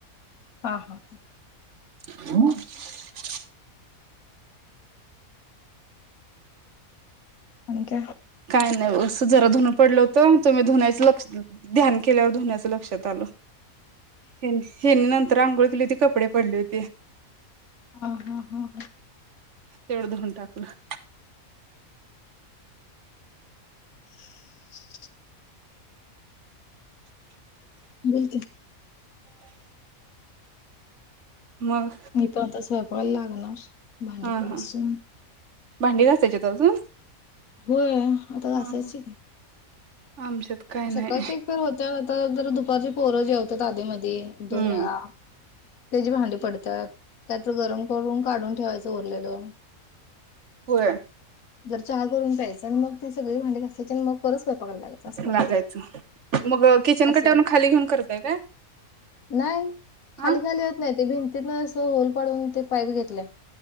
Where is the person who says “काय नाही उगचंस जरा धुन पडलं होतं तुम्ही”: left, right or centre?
Right